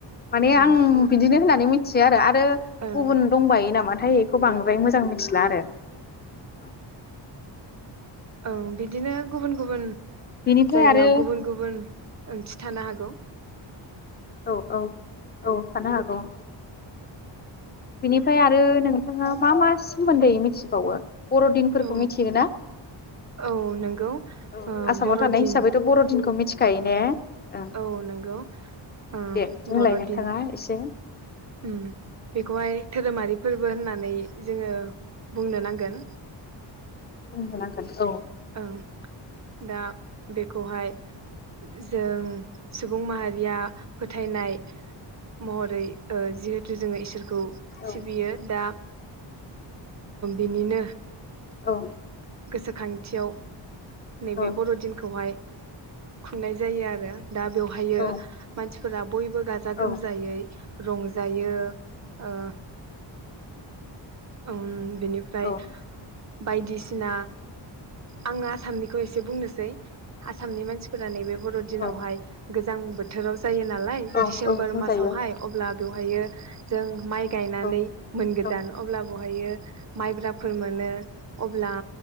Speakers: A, on the left; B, on the right.
A: माने
B: ओं
A: आं बिदिनो होननानै मि थियो आरो आरो
B: ओं
A: गुबुन दंबायो नामा थाय इखौ बांद्राय मोजां मिथिला आरो अ
B: औ बिदिनो गुबुन गुबुन
A: बेनिफ्राय
B: जायगायाव
A: आरो
B: गुबुन गुबुन ओंथि थानो हागौ
A: औ औ औ थानो हागौ बिनिफ्राय आरो नोंथाङा मा मा सोमोन्दै मिथिबावो? बरदिनफोरखौ
B: औ
A: मिथिगोना
B: औ नंगौ
A: औ
B: ओ
A: आसामाव
B: बर'दिन
A: थानाय हिसाबैथ बरदिनखौ मि थिखायो ने ओं
B: औ नोंगौ‌ ओ
A: दे बुंलाय
B: बरदिन
A: नोंथाङा एसे
B: उम बेखौहाय धोरोमारि फोरबो होननानै जोंङो बुंनो नांगोन
A: बुंनो नांगोन औ
B: ओं दा बेखौहाय जों सुबुं माहारिया फोथायनाइ महरै जिहेतु जोंङो इसोर खौ
A: औ
B: सिबियो दा बिनिनो
A: औ।
B: गोसोखांथियाव नैबे
A: औ
B: बरदिनखौहाय खुंनाय जायो आरो दा बेवहायो
A: औ
B: मानसि फोरा बयबो गाजा गोमजायै
A: औ
B: रंजायो ओ ओम बेनिफ्राय
A: औ
B: बायदिसि सिना आङो आसामनिखौ एसे बुंनोसै आसामनि मानसि फोर नैबे बरदिनावहाय
A: औ
B: गोजां बोथोराव जायो नालाय
A: औ
B: डिसेम्बर
A: औ बुंजायो
B: मासावहाय अब्ला बेव ओमफायो जों माइ गायनानै
A: औ
B: मोनगोदान
A: औ
B: अब्ला बहायो माइब्राफोर मोनो अब्ला